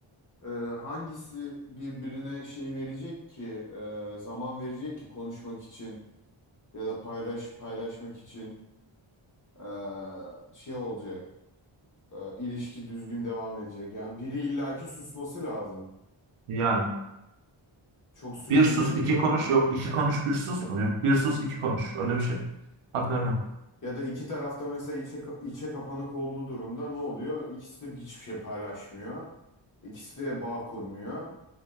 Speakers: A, on the left; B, on the right.
A: Ee, hangisi birbirine şey verecek ki e, zaman verecek ki konuşmak için ya da paylaş paylaşmak için e, şey olacak e, ilişki düzgün devam edecek yani biri illaki susması lazım
B: Yani
A: çok sürdürülebilir
B: bir sus iki
A: olmuyor
B: konuş yok iki konuş bir sus mu yok bir sus iki konuş öyle bir şey. Hatırlamıyorum.
A: ya da iki tarafta mesela içe, içe kapanık olduğu durumda ne oluyor ikisi de hiçbir şey paylaşmıyor ikisi de bağ kurmuyor